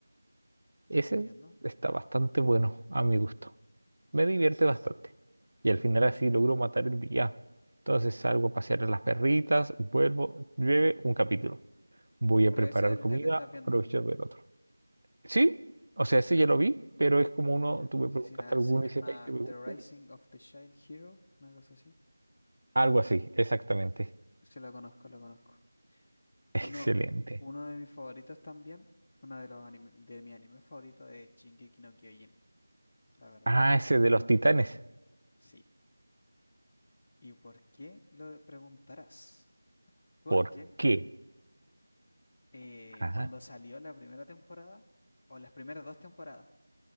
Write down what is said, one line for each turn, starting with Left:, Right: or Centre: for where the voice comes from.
Right: Ese
Left: Entiendo.
Right: está bastante bueno a mi gusto. Me divierte bastante. Y al final así logro matar el día. Entonces salgo a pasear a las perritas, vuelvo, llueve un capítulo. Voy
Left: Pero
Right: a preparar
Left: ese es el
Right: comida,
Left: que te estás viendo.
Right: aprovecho de ver otro. Sí, o sea, ese ya lo vi, pero es como uno,
Left: Ah, ya.
Right: tú me
Left: Sí,
Right: preguntaste
Left: sí, ah,
Right: alguno
Left: se llama
Right: y dice que me guste.
Left: The Rising of the Child Hero, una cosa así.
Right: Algo así, exactamente.
Left: Sí, sí, lo conozco, lo conozco.
Right: <laughs> Excelente.
Left: Uno, uno de mis favoritos también, uno de los anime, de mi anime favorito es Shingeki no Kyojin, la verdad.
Right: Ah, ese de los titanes.
Left: Sí. ¿Y por qué lo preguntarás? Porque
Right: ¿Por qué?
Left: eh,
Right: Ajá.
Left: cuando salió la primera temporada, o las primeras dos temporadas,